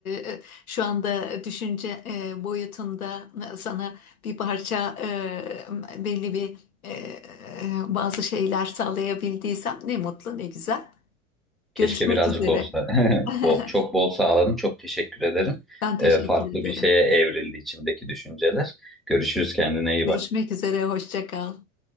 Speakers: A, on the left; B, in the centre.
A: e, şu anda düşünce e, boyutunda e, sana bir parça e, belli bir e, e, bazı şeyler sağlayabildiysem ne mutlu ne güzel. Görüşmek
B: Keşke birazcık
A: üzere.
B: olsa. <laughs> Bol,
A: <laughs>
B: çok bol sağladın. Çok teşekkür ederim.
A: Ben teşekkür
B: E, farklı
A: ederim.
B: bir şeye evrildi içimdeki düşünceler. Görüşürüz kendine iyi
A: Görüşmek
B: bak.
A: üzere, hoşça kal.